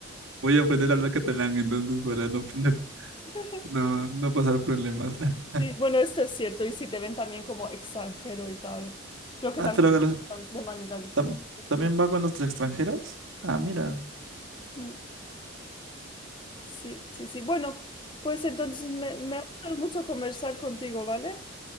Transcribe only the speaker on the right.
Voy a aprender a hablar catalán entonces para no poner,
no, no pasar problemas. <laughs>
Ah,
pero a los-
tam- también va con los extranjeros. Ah, mira.